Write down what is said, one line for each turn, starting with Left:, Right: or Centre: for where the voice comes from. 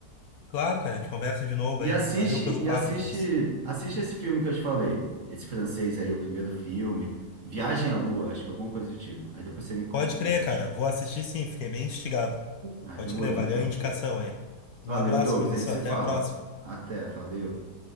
Left: Claro, cara, a gente conversa de novo
Right: E
Left: aí.
Right: assiste,
Left: Valeu pelo
Right: e
Left: papo,
Right: assiste,
Left: Vinícius.
Right: assiste esse filme que eu te falei. Esse francês aí, o primeiro filme. Viagem à Lua, acho que alguma coisa do tipo. Aí depois você me conta
Left: Pode
Right: o
Left: crer,
Right: que que você
Left: cara.
Right: achou.
Left: Vou assistir sim, fiquei bem instigado.
Right: Ah,
Left: Pode
Right: demorou
Left: crer, valeu
Right: então.
Left: a indicação aí.
Right: Valeu,
Left: Um abraço,
Right: Douglas.
Left: Vinícius.
Right: A gente se
Left: Até
Right: fala.
Left: a próxima.
Right: Até, valeu.